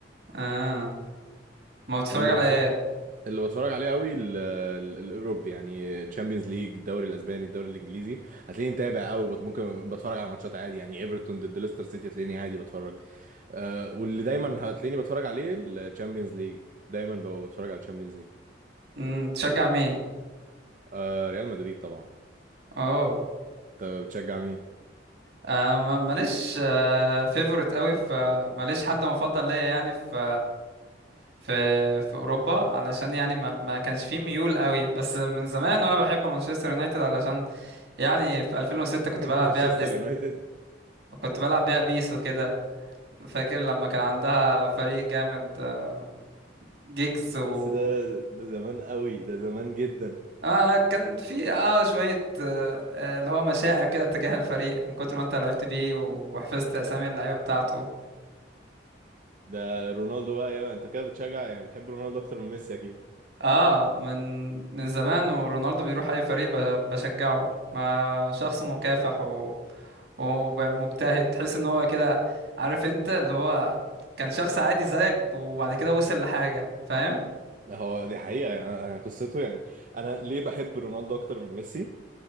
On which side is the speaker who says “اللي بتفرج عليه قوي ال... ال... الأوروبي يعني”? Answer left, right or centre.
Right